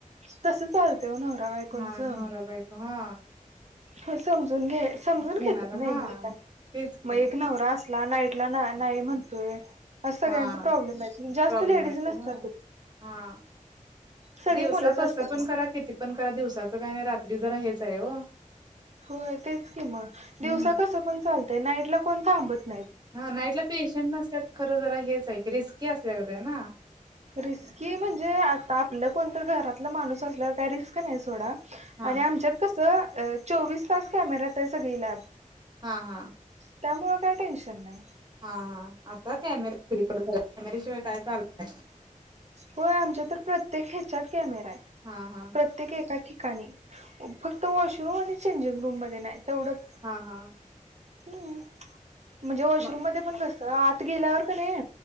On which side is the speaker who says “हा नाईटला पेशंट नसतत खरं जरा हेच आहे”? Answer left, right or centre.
Right